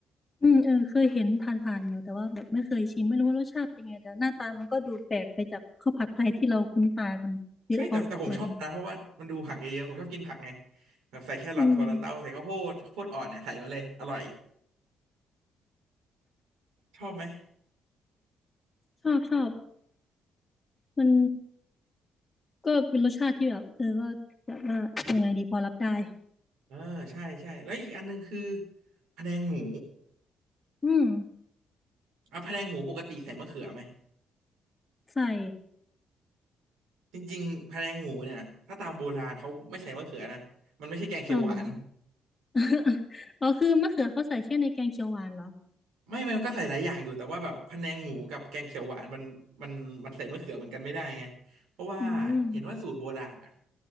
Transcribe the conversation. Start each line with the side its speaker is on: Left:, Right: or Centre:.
Left: อืมเออเคยเห็นผ่านๆอยู่แต่ว่าแบบไม่เคยชิมไม่รู้ว่ารสชาติเป็นไงแต่หน้าตามันก็ดูแปลกไปจากข้าวผัดไทยที่เราคุ้นตากันเยอะพอสมควรนะ
Right: ใช่แต่แต่ผมชอบนะเพราะว่ามันดูผักเยอะๆผมชอบกินผักไงแบบใส่แครอทถั่วลันเตาใส่ข้าวโพดข้าวโพดอ่อนเนี่ยใส่มาเลยอร่อย
Left: อืม
Right: ชอบไหม
Left: ชอบชอบมัน ก็เป็นรสชาติที่แบบเออก็แบบว่ายังไงดีพอรับได้
Right: เออใช่ใช่แล้วอีกอันหนึงคือพะแนงหมู
Left: อืม
Right: อ่ะพะแนงหมูปกติใส่มะเขือไหม
Left: ใส่
Right: จริงๆพะแนงหมูเนี่ยถ้าตามโบราณเขาไม่ใส่มะเขือนะมันไม่ใช่แกงเขียวหวาน
Left: อ๋อเหรอ <laughs> อ๋อคือมะเขือเขาใส่แค่ในแกงเขียวหวานเหรอ
Right: ไม่ไม่มันก็ใส่หลายอย่างอยู่แต่ว่าแบบพะแนงหมูกับแกงเขียวหวานมันมันมันใส่มะเขือเหมือนกันไม่ได้ไงเพราะว่า
Left: อืม
Right: เห็นว่าสูตรโบราณอ่ะ